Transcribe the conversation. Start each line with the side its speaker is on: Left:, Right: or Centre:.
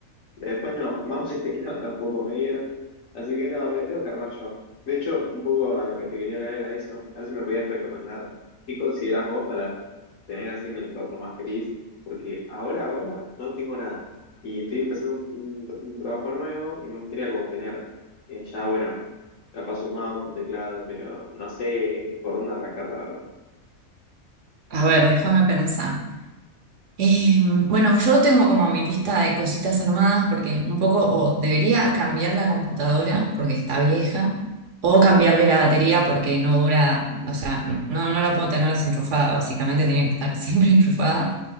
Left: después no, mouse y teclado <laughs> tampoco me dieron. Así que nada, me tengo que armar yo. De hecho, un poco a lo que te quería hablar era eso. A ver si me podías recomendar qué considerás vos para tener así un entorno más feliz. Porque ahora, ahora no tengo nada. Y estoy empezando un, un- un trabajo nuevo y me gustaría como tener eh, ya, bueno, capaz un mouse, un teclado, pero no sé por dónde arrancar, la verdad.
Right: A ver, déjame pensar. Eh, bueno, yo tengo como mi lista de cositas armadas porque un poco o debería cambiar la computadora porque está vieja o cambiarle la batería porque no dura, o sea, no, no la puedo tener desenchufada, básicamente tiene que estar siempre <laughs> enchufada.